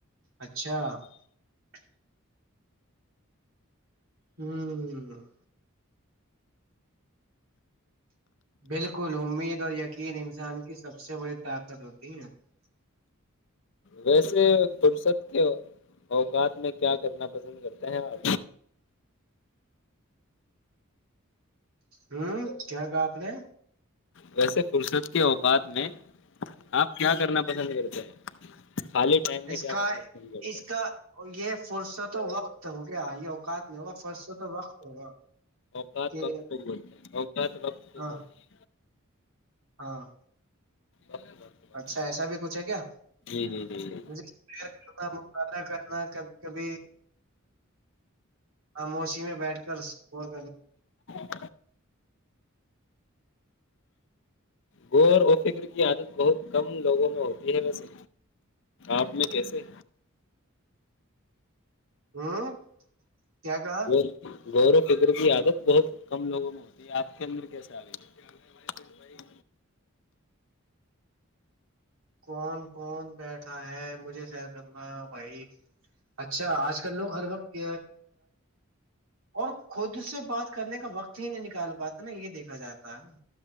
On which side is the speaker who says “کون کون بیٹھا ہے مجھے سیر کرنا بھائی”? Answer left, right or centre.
Right